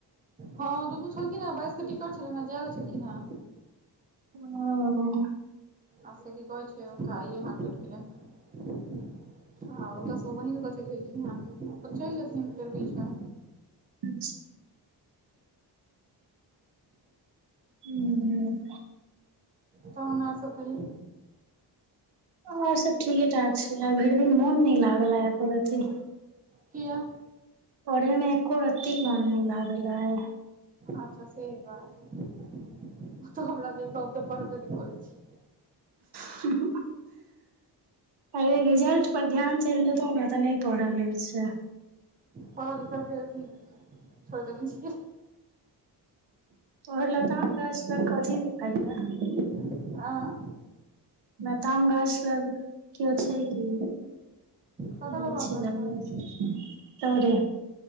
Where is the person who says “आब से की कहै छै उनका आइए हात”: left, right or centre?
Right